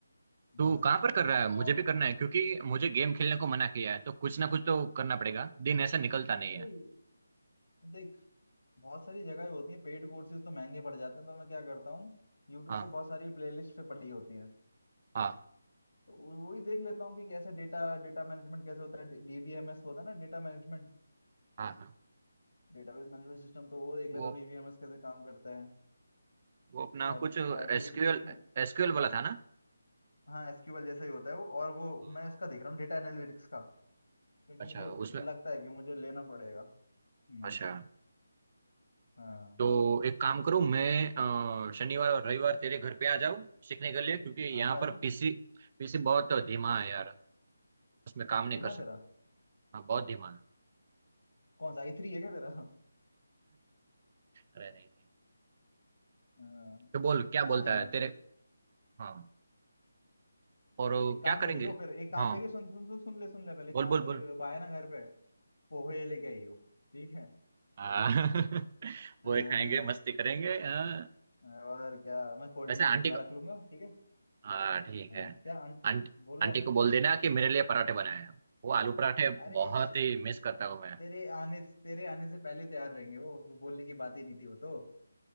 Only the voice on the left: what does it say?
हाँ
और
अरे
देख बहुत सारी जगह होती है पेड कोर्सेज तो महंगे पड़ जाते हैं तो मैं क्या करता हूँ यूट्यूब
पे बहुत सारी प्लेलिस्ट पे पड़ी होती हैं
तो वो- वही देख लेता हूँ कि कैसे डेटा डेटा मैनेजमेंट कैसे होता है डीबीएमएस होता है ना data management
database management system तो वो देख लेता
हूँ डीबीएमएस कैसे काम करता है
और
आरटीवी उसमें
हाँ एसक्यूएल जैसा ही होता है वो और वो
मैं उसका देख रहा हूँ डेटा एनालिटिक्स का क्योंकि
मुझे
लगता है कि मुझे लेना पड़ेगा
हाँ हाँ,
आजा
आजा
धीमा
है
तेरा
कौन सा आई थ्री है क्या तेरा
हाँ,
आ
जाना
एक काम
करियो फिर एक काम
करियो सुन सुन सुन सुन ले सुन ले पहले
एक काम
करियो
अब आए ना घर पे पोहे लेके आइयो ठीक है
अ,
और क्या मैं कोल्ड
ड्रिंक वोल्ड
ड्रिंक मैं
रख लूंगा ठीक है
अ,
क्या आंट-
बोलो
हम
अरे
श-
तेरे आने तेरे आने से पहले तैयार रहेंगे वो वो बोलने की बात ही नहीं थी वो तो